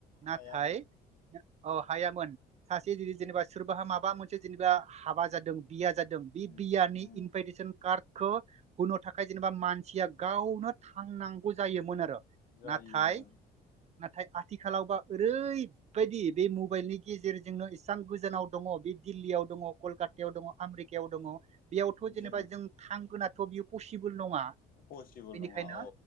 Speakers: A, on the right (about 40°); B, on the left (about 55°).
A: नाथाय
B: हायामोन
A: अ हायामोन सासे जुदि जेनेबा सोरबाहा माबा मोनसे जेनेबा हाबा जादों बिया जादों बे
B: उम
A: बियानि
B: उम
A: इनभाइटेसन कार्ड खो होनो थाखाय जेनेबा मानसिया गावनो थांनांगौ जायोमोन आरो
B: जायोमोन
A: नाथाय नाथाय आ आथिखालावबा ओरैबायदि बे मबाइलनि गेजेरजोंनो इसेबां गोजानाव दङ बे दिल्लीयाव दङ कलकातायाव दङ आमेरिकायाव दङ बेयावथ जेनेबा
B: जोङो
A: जों थांगोनाथ बियो पसिबोल नङा
B: पसिबोल
A: बेनिखायनो
B: नङा औ